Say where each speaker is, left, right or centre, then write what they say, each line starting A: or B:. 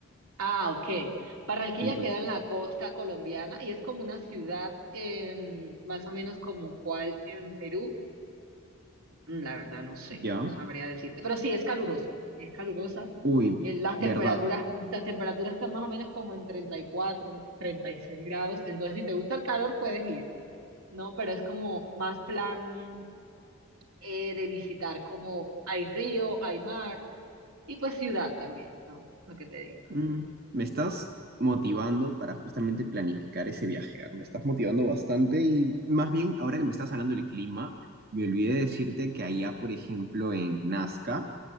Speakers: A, on the right (about 80°); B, on the right (about 45°).
A: Ah, ok. Barranquilla
B: Entonces,
A: queda en la costa colombiana y es como una ciudad em, más o menos como cual en Perú. Mm, La verdad no sé,
B: ya.
A: no sabría decirte. Pero sí, es caluroso, es calurosa.
B: Uy,
A: Eh, las
B: verdad.
A: temperaturas, las temperaturas están más o menos como en treinta treinta y cuatro, treinta y seis grados. Entonces, si te gusta el calor, puedes ir, ¿no? Pero es como más plan eh, de visitar, como hay río, hay mar y pues ciudad también, ¿no? Lo que te digo.
B: Mm, me estás motivando para justamente planificar ese viaje. ¿ah? Me estás motivando bastante y más bien, ahora que me estás hablando del clima, me olvidé decirte que allá, por ejemplo, en Nazca,